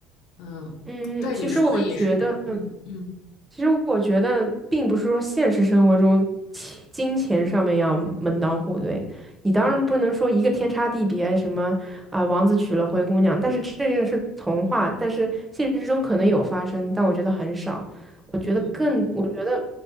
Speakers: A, on the left; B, on the right.
A: 嗯，
B: 嗯，
A: 对你说的也是，
B: 其实我觉得。
A: 嗯嗯
B: 其实我觉得，并不是说现实生活中钱金钱上面要门当户对，你当然不能说一个天差地别，
A: 嗯
B: 什么啊、王子娶了灰姑娘，但是这个是童话，但是现实中可能有发生，但我觉得很少。我觉得更，
A: 嗯
B: 我觉得